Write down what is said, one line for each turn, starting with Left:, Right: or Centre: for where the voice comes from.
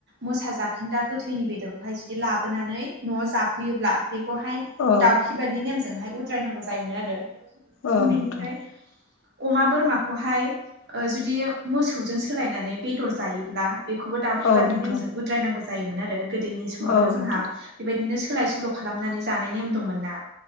Right: मोसा जाखोन्दा गोथैनि बेदरखौहाय जुदि लाबोनानै न'आव जाफैयोब्ला बेखौहाय
Left: औ
Right: दाउखिबादनि नेमजोंहाय उद्रायनांगौ जायोमोन आरो।
Left: औ नोंथां
Right: बिनिफ्राय अमा बोरमाखौहाय ओ जुदि मोसौजों सोलायनानै बेदर जायोब्ला बेखौबो दाउखिबादनि
Left: औ नोंथां
Right: नेमजों उद्रायनांगौ जायोमोन आरो गोदोनि समावथ'
Left: औ
Right: जोंहा
Left: नोंथां
Right: बेबायदिनो सोलाय सोल' खालामनानै जानाय नेम दंमोन ना।